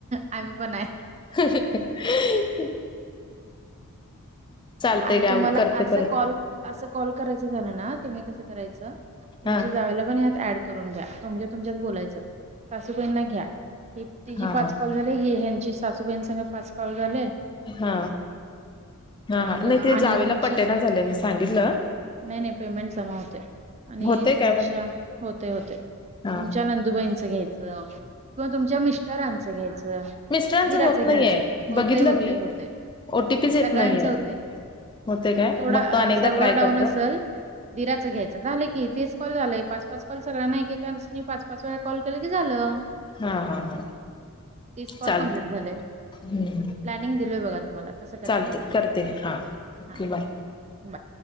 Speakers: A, on the right; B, on the left.
A: आम्ही पण आहे.
B: <unintelligible> चालतय
A: आता
B: गाव
A: तुम्हाला
B: करते
A: असं
B: परत
A: कॉल अस, कॉल करायच झालं ना तुम्ही कसं करायच तुमच्या
B: हा हा
A: जावेला पण हत ऍड करून घ्या तुमच्या तिच्यात बोयच सासू बाई घ्या
B: हा
A: पाच
B: हा
A: कल झा, जी सासूबाईं सांग पाच कॉल झालेय,
B: हा हा
A: मग
B: हा नाही ते
A: आणि
B: जावेला
A: तुमची
B: पटेना झाले मी सांगितलं,
A: नाही नाही पेमेंट जमा होते, आणि
B: होते
A: तुमच्या
B: काय पण
A: होते होते.
B: हा
A: तुमच्या नंदुबाईंचं घ्यायचं, किंवा तुमच्या मिस्टरांच घ्यायचं
B: मिस्टरांच
A: वीराचे
B: होत नाहीये
A: घ्यायचं होते
B: बघितलं
A: होते
B: मी
A: होते.
B: ओटीपीच येत
A: सगळ्यांचं
B: नाही आहे
A: होतंय
B: होते काय
A: थोडा
B: बघतो अनेकदा
A: सर्व्हर
B: ट्राय
A: डाऊन
B: करत,
A: असेल दिराचं घ्यायचं झालं की तीस कॉल झाले पाच पाच कॉल सगळ नाही काय पाच पाच वेळा कॉल केलं की झालं.
B: हा हा हा
A: तीस कॉल
B: चालते
A: कमप्लीट झाले
B: हम्म
A: प्लॅनिंग दिलोय बघा मला कसं करताय
B: चालते
A: बघा
B: करते हा okay
A: हा
B: bye
A: bye